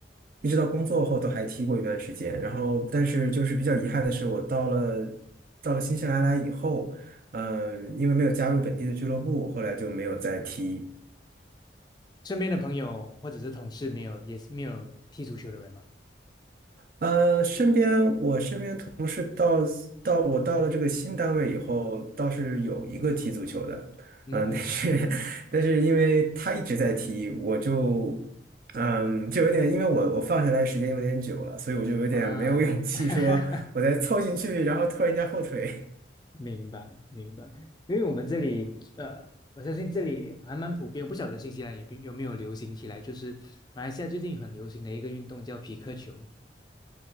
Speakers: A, on the right; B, on the left.
A: 一直到工作后都还踢过一段时间。然后，但是就是比较遗憾的是，我到了到了新西兰来以后，嗯、因为没有加入本地的俱乐部，后来就没有再踢。
B: 身边的朋友或者是同事没有，也是没有踢足球的人吗？
A: 呃，身边我身边同事到到我到了这个新单位以后，倒是有一个踢足球的，
B: 嗯
A: 嗯，但是 <laughs> 但是因为他一直在踢，我就嗯就有点，因为我我放下来时间有点久了，所以我就有点没有勇气说我再凑进去，
B: 啊，<laughs>
A: 然后拖人家后腿。
B: 明白明白。因为我们这里呃，我相信这里还蛮普遍，不晓得新西兰也比有没有流行起来，就是马来西亚最近很流行的一个运动叫匹克球。